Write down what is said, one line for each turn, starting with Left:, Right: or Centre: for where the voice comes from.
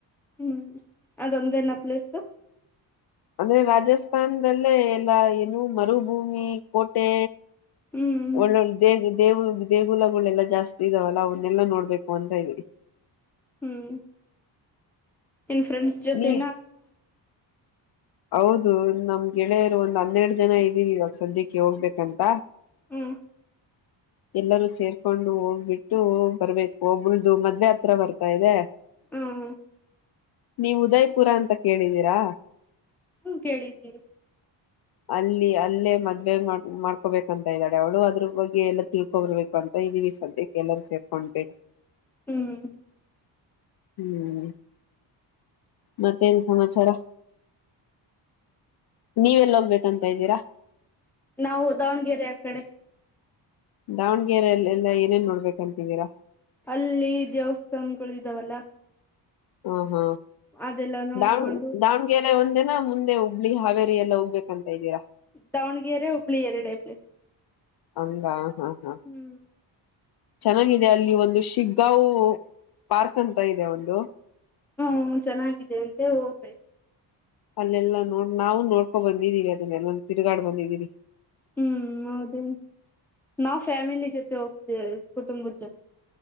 Centre: ಹ್ಮ್ ಅದೊಂದ ನ ಪ್ಲೇಸ್
Left: ಅಂದ್ರೆ ರಾಜಸ್ಥಾನದಲ್ಲೇ ಎಲ್ಲ ಏನು ಮರುಭೂಮಿ ಕೋಟೆ
Centre: ಹ್ಮ್
Left: ಒಳ್ಳ ಒಳ್ಳ ದೇ ದೇವು ದೇಗುಲಗಳೆಲ್ಲ ಜಾಸ್ತಿ ಇದಾವಲ್ಲ ಅವನ್ನೆಲ್ಲಾ ನೋಡ್ಬೇಕು ಅಂತ ಇದವಿ
Centre: ಹ್ಮ್ ಇಲ್ ಫ್ರೆಂಡಸ್ ಜೊತೆ
Left: ಈ ಹೌದು ನಮ್ ಗೆಳೆಯರು ಒಂದ್ ಹನ್ನೆರಡು ಜನ ಇದ್ದೀವಿ ಇವಾಗ ಸದ್ಯಕ್ಕೆ ಹೋಗ್ಬೇಕಂತ
Centre: ಹ್ಮ
Left: ಎಲ್ಲರೂ ಸೇರ್ಕೊಂಡು ಹೋಗ್ಬಿಟ್ಟು ಬರ್ಬೇಕು ಒಬಳ್ದು ಮದ್ವೆ ಹತ್ರ ಬರ್ತಾ ಇದೆ
Centre: ಹ್ಮ ಹ
Left: ನೀವ್ ಉದಯಪುರ ಅಂತ ಕೇಳಿದೀರಾ
Centre: ಹ್ಮ್ ಕೇಳಿದ್ದೀರಿ
Left: ಅಲ್ಲಿ ಅಲ್ಲೇ ಮದುವವೆ ಮಾಡ ಮಾಡ್ಕೋಬೇಕಂತ ಇದ್ದಾಳೆ ಅವಳು ಅದ್ರ ಬಗ್ಗೆ ಎಲ್ಲ ತಿಳ್ಕೊಬರ್ಬೇಕು ಕಂತ ಇದೀವಿ ಸದ್ಯಕ್ಕೆ ಎಲ್ಲರ ಸೇರ್ಕೊಂಡ್ಬೇಡ್
Centre: ಹ್ಮ್
Left: ಹ್ಮ್ ಮತ್ತೇನ್ ಸಮಾಚಾರ ನೀವೆಲ್ಲ ಹೋಗ ಬೇಕ ಅಂತ ಇದ್ದೀರಾ.
Centre: ನಾವು ದಾವಣಗೆರೆ ಅಕಡೆ
Left: ದಾವಣಗೆರರೆಲ್ಲ ಎಲ್ಲ ಏನೇನ್ ನೋಡ್ಬೇಕಂತಿದ್ದೀರಾ.
Centre: ಅಲ್ಲಿ ದೇವಸ್ಥಾನಗಳು ಇದ್ದಾವಲ್ಲ.
Left: ಹ ಹಾ
Centre: ಅದೆಲ್ಲಾ ನೋಡ್ಕೊಂಡು
Left: ದಾವ್ ದಾವ್ ಬೇರೆ ಒಂದಿನ ಮುಂದೆ ಹುಬ್ಬಳ್ಳಿ ಹಾವೇರಿ ಹೋಗ್ಬೇಕ್ ಅಂತಿದ್ದೀರಾ
Centre: ದಾವಣಗೆರೆ ಹುಬ್ಳ ಎರಡೈಪ್ಲಿ
Left: ಹಂಗ ಹಾ ಹಾ.
Centre: ಹ್ಮ್
Left: ಚೆನ್ನಾಗಿದೆ ಅಲ್ಲಿ ಒಂದು ಶಿಗ್ಗಾವ್ ಪಾರ್ಕ್ ಅಂತ ಇದೆ ಒಂದು.
Centre: ಹ್ಮ್ ಚೆನ್ನಾಗಿದೆ ಅಂತೆ ಹೋಗ್ಬೇಕು.
Left: ಅಲ್ಲೆಲ್ಲಾ ನೋಡ್ ನಾವು ನೋಡ್ಕೊ ಬಂದಿದೀವಿ ಅದನ್ನೆಲ್ಲ ತಿರುಗಾಡ್ ಬಂದಿದ್ದೀವಿ.
Centre: ಹ್ಮ್ ಹೌದೇ ನಾವ್ ಫ್ಯಾಮಿಲಿ ಜೊತೆ ಹೋಗ್ತೇವೆ ಕುಟುಂಬದ ಜೊತೆ.